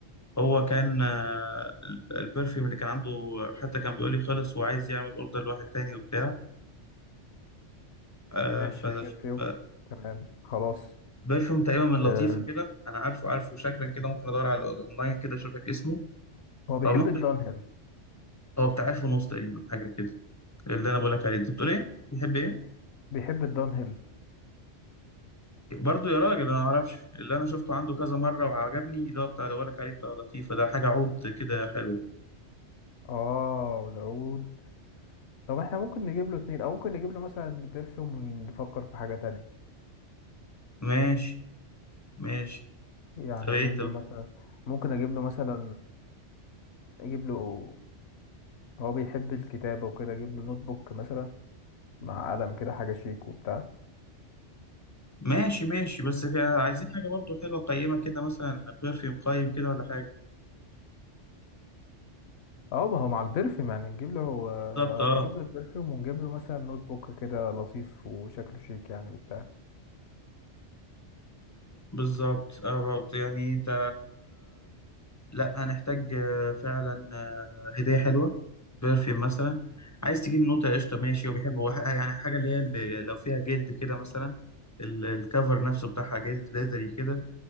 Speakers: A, on the left; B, on the left.
A: هو كان آه، ال- البرفيوم اللي كان عنده حتى كان بيقول لي خلص وعايز يعمل اوردر لواحد تاني وبتاع آه،
B: ماشي
A: ف-
B: ببرفيوم
A: ف-
B: تمام خلاص
A: برفيوم تقريبا من لطيفة
B: آه،
A: كده أنا عارفه عارفه شكلا كده ممكن أدور على الأونلاين كده أشوف لك اسمه
B: هو بيحب
A: أو ممكن
B: الدانهيل
A: هو بتاع ألف ونص تقريبا حاجة كده اللي أنا بقول لك عليه أنت بتقول إيه؟ بيحب إيه؟
B: بيحب الدانهيل
A: برضه يا راجل أنا ما أعرفش اللي أنا شفته عنده كذا مرة وعجبني اللي هو بتاع اللي بقول لك عليه بتاع لطيفة ده حاجة عود كده حلو
B: اه والعود طب احنا ممكن نجيب له اتنين او ممكن نجيب له مثلا برفيوم ونفكر في حاجة تانية
A: ماشي ماشي
B: يعني
A: طب إيه
B: اجيب
A: طب
B: له مثلا ممكن اجيب له مثلا اجيب له هو بيحب الكتابة وكده اجيب له نوت بوك مثلا مع قلم كده حاجة شيك وبتاع
A: ماشي ماشي بس كده عايزين حاجة برضه حلوة قيمة كده مثلا برفيوم قيم كده ولا حاجة
B: اه ما هو مع البرفيوم يعني نجيب له آه،
A: بالظبط أه
B: نجيب له البرفيوم ونجيب له مثلا نوت بوك كده لطيف وشكله شيك يعني وبتاع
A: بالظبط اه بالظبط يعني انت لا هنحتاج آه، فعلا آه، هدية حلوة برفيوم مثلا عايز تجيب نوتة قشطة ماشي وبيحب هو ح- يعني حاجة اللي هي اللي لو فيها جلد كده مثلا ال- الكفر نفسه بتاعها جلد ليذري كده